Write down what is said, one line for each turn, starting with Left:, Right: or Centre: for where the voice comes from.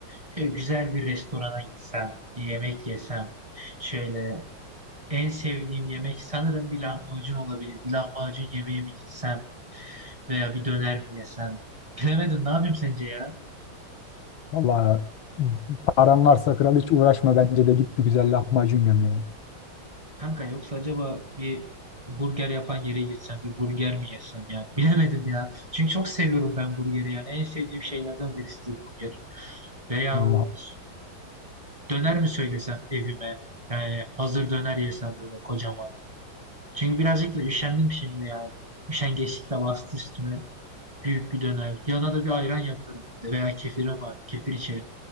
Right: Şöyle güzel bir restorana gitsem, bir yemek yesem. Şöyle en sevdiğim yemek sanırım bir lahmacun olabilir. Bir lahmacun yemeğe mi gitsem veya bir döner mi yesem? Bilemedim ne yapayım sence ya?
Left: Valla paran varsa kral hiç uğraşma bence de git bir güzel lahmacun göm
Right: Kanka yoksa acaba bir burger yapan yere gitsem bir burger mi yesem yani <laughs> bilemedim ya. Çünkü çok seviyorum ben burgeri yani en sevdiğim şeylerden birisidir burger. Veyahut
Left: ya.
Right: döner mi söylesem evime yani hazır döner yesem böyle kocaman. Çünkü birazcık da üşendim şimdi yani. Üşengeçlik de bastı üstüme. Büyük bir döner. Yanına da bir ayran yaparım evde veya kefirim var. Kefir içerim.